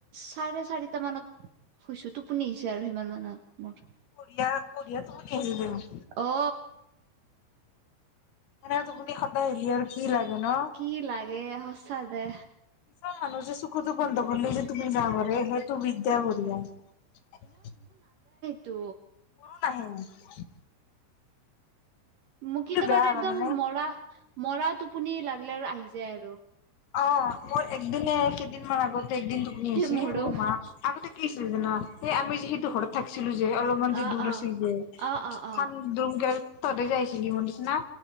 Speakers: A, on the right; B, on the left.
A: চাৰে চাৰিটা মানত শুইছো টোপনি আহিছে আৰু সিমান মানত মোৰ
B: বঢ়িয়া বঢ়িয়া তহঁত <unintelligible> অ'
A: অ
B: মানে টোপুনি সদায় ৰিয়েলিটি লাগে। ন
A: কি লাগে সচা দে।
B: কিছুমান মানুহ যে চকু তকু বন্ধ কৰিলে যে তুপুনি যাব পাৰে সেই তো বিদ্যা ভৰি আহ।
A: তো
B: মোৰো নাহে।
A: মোৰ কেতিয়াবা
B: এইটো বেয়া
A: একদম
B: জানানে
A: মৰা মৰা টোপনি লাগিলে আৰু আহি যায় আৰু।
B: অ' মোৰ একদিনে কেইদিনমান আগত। একদিন তোপনি আইছে
A: মোৰো
B: অ' মা আগতে। কি হৈছে জান সেই আমি যিহেতু ঘৰত থাকিছিলো। অলপমান যে
A: অ
B: দূৰ
A: অ
B: আছিল যে
A: অ অ অ
B: থান দুন গেল তহঁতে আইচিলি যে মোৰ নিচিনা।